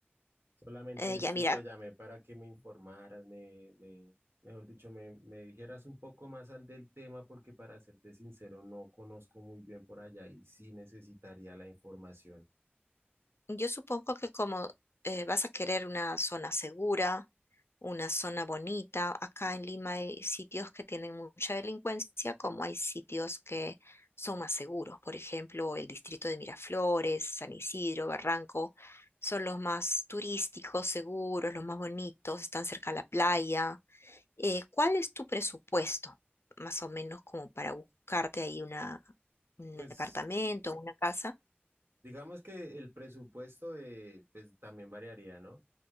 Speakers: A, on the right; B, on the left.
A: Solamente
B: Eh,
A: este,
B: ya mira,
A: te llamé para que me informaras, me, me- mejor dicho, me, me dijeras un poco más al del tema, porque para serte sincero, no conozco muy bien por allá y sí necesitaría la información.
B: yo supongo que como eh, vas a querer una zona segura, una zona bonita. Acá en Lima hay sitios que tienen mucha delincuencia, como hay sitios que son más seguros. Por ejemplo, el distrito de Miraflores, San Isidro, Barranco, son los más turísticos, seguros, los más bonitos, están cerca a la playa. Eh, ¿cuál es tu presupuesto? Más o menos como para buscarte ahí una, un
A: Pues
B: departamento, una casa.
A: digamos que el presupuesto de, pues, también variaría, ¿no?